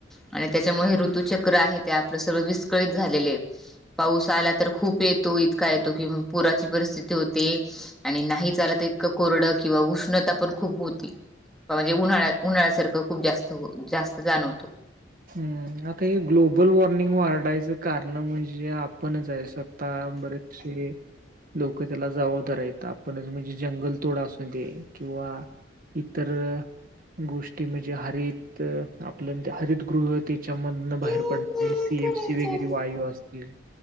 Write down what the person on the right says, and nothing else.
हम्म, आता हे ग्लोबल वॉर्मिंग वाढायचं कारण म्हणजे आपणच आहे. सत्ता अंबरीतस हे. लोक त्याला जबाबदार येत आपण म्हणजे जंगल तोडा असून दे किंवा इतर गोष्टी म्हणजे हरित आपल्या त्या हरित गृह त्याच्यामधनं बाहेर
पण ते सी. एफ. सी. वगैरे वायू असतील